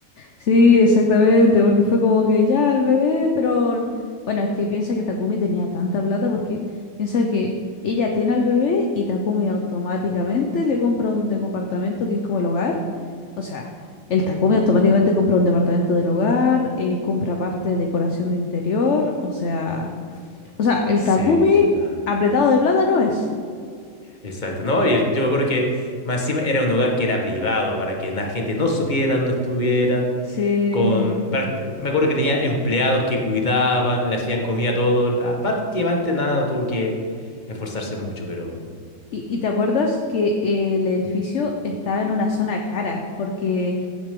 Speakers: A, on the left (about 50°); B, on the left (about 30°).
A: Sí, exactamente, porque fue como que ya el bebé, pero bueno, es que piensa que Takumi tenía tanta plata porque piensa que ella tiene al bebé y Takumi automáticamente le compra un de- departamento que es como el hogar. O sea, el Takumi automáticamente compra un departamento del hogar, eh, compra parte de decoración de interior, o sea, o sea, el
B: Sí,
A: Takumi
B: ¿verdad?
A: apretado de plata no es.
B: Exacto, ¿no? Y el- yo me acuerdo que más encima era un hogar que era privado para que la gente no supiera, no estuvieran
A: Sí.
B: con... prac- Me acuerdo que tenía empleados que cuidaban, le hacían comida, todo. la- Prácticamente nada, no tuvo que esforzarse mucho, pero...
A: ¿Y, y te acuerdas que el edificio estaba en una zona cara? Porque